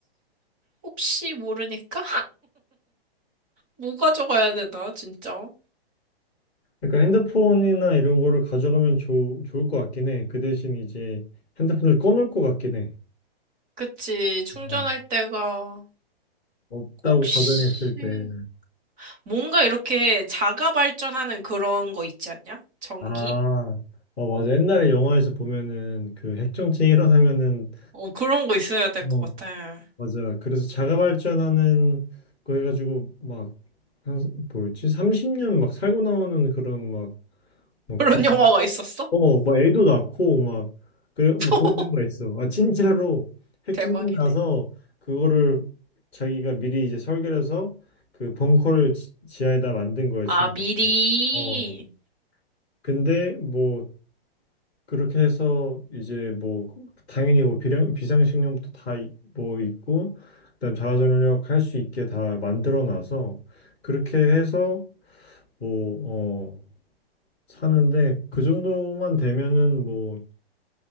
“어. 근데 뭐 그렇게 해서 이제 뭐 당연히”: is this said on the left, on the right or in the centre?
Centre